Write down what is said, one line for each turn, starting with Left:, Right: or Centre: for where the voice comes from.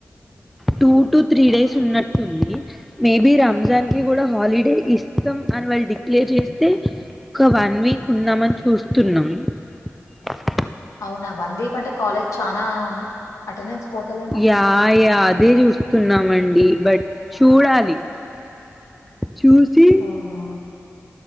Centre: టూ టు త్రీ డేస్ ఉన్నట్టుంది మేబి రంజాన్ కి కూడా హాలిడే ఇస్తం అని వాళ్ళు డిక్లేర్ చేస్తే ఒక వన్ వీక్ ఉందాంమని చూస్తున్నాం <inaudible>
Left: అవునా వన్ వీక్ అంటే కాలేజ్ చనా అటెండెన్స్ పోతుదేమో
Centre: యా యా అదే చూస్తున్నామండి బట్ చూడాలి చూసి
Left: అవునా